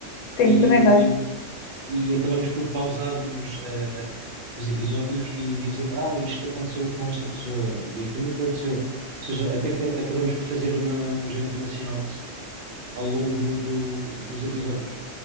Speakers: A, on the left; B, on the right.
A: Sim,
B: E,
A: também
B: hum,
A: vejo.
B: e acabamos por pausar os, eh, eh, os episódios e dizer, ah, isto aconteceu com esta pessoa e aquilo aconteceu. Ou seja, até que acabamos por fazer uma, um género de uma sinopse ao longo do- dos episódios.